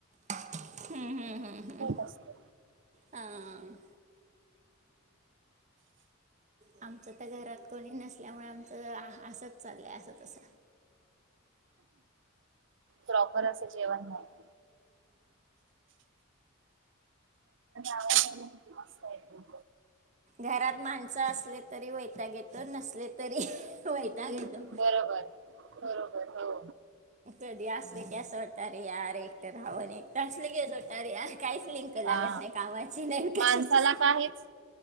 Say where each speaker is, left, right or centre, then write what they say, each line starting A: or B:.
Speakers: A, on the right; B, on the right.
A: हम्म हम्म हम्म हम्म
B: असतो
A: हां. आमचं. घरात कोणी नसल्यामुळे आमचं आ असच चाललंय. अस तस.
B: प्रॉपर असे जेवण नाही. आवाज पण किती मस्त येतो.
A: घरात माणसास रिपेयरी वयी े <inaudible> नसले तरी वयताग येतो
B: बरोबर बरोबर हो
A: कधी असले की असं वाटतं अरे यार रे एकटं राहव. एकट असले की, अस वाटत अरे यार, काहीच लिंक लागत
B: हा
A: नाही कामाची नाही
B: माणसाला
A: कशाचीच नाही.
B: काहीच